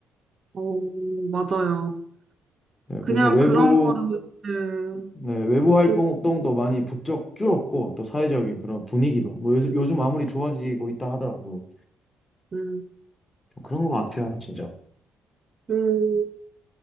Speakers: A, on the right (about 40°); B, on the left (about 25°).
A: 어, 맞아요.
B: 네,
A: 그냥
B: 그래서 외부
A: 그런 거를, 네,
B: 네, 외부
A: 느끼고,
B: 활동도 많이 부쩍 줄었고 또 사회적인 그런 분위기도 뭐 요즘, 요즘 아무리 좋아지고 있다 하더라도
A: 음,
B: 좀 그런 것 같아요, 진짜.
A: 음,